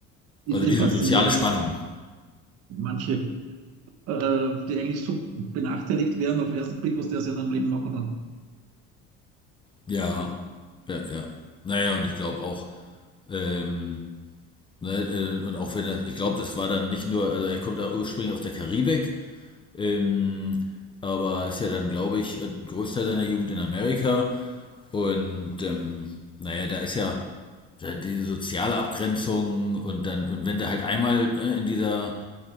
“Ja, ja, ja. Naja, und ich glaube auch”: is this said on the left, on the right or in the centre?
Left